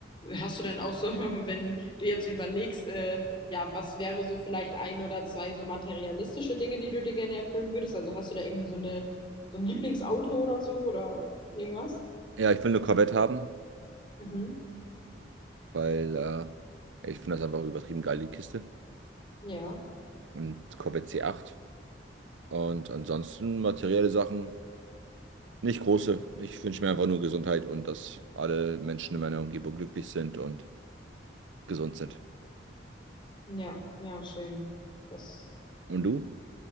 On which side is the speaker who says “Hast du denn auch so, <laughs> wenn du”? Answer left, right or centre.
Left